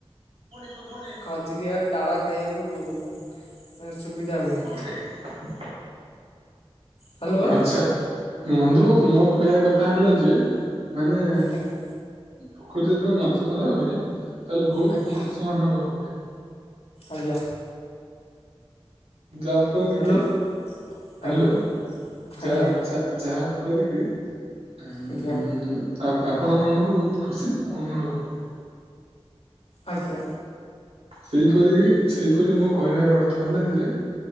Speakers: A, on the right; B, on the left.
A: ଶୁବୁନି।
B: ଖଜୁରୀ ଆଉ ତାଳ ଖାଇଆକୁ ଉ ସୁବିଧା ହୁଏ।
A: <inaudible>
B: ହ୍ୟାଲୋ
A: ଆଚ୍ଛା ବନ୍ଧୁ ମୋ କହିଆ କଥା ହେଲା ଯେ ମାନେ
B: ଆଜ୍ଞା
A: ପୋଖରୀ ଯେତେବେଳେ ମାଛ ଧରା ହୁଏ। ତାହେଲେ ଭଉତ
B: ଆଜ୍ଞା
A: ଖୁସି ଅନୁଭବ ହୁଏ।
B: ଆଜ୍ଞା।
A: ଯାହା ଫଳରେ
B: ହ୍ୟାଲୋ
A: କି ହ୍ୟାଲୋ
B: ଆଜ୍ଞା ଆଜ୍ଞା
A: ଯା-ଯା-ଯାହା ଫଳରେ କି ଉଁ
B: ଆଜ୍ଞା
A: ଆ ଆପଣ ମାନଙ୍କୁ ବହୁତ ଖୁସି ଅନୁଭବ ହୁଏ।
B: ଆଜ୍ଞା।
A: ସେହିପରି ସେହିପରି ମୋ କହିବାର ଅର୍ଥ ହେଲା ଯେ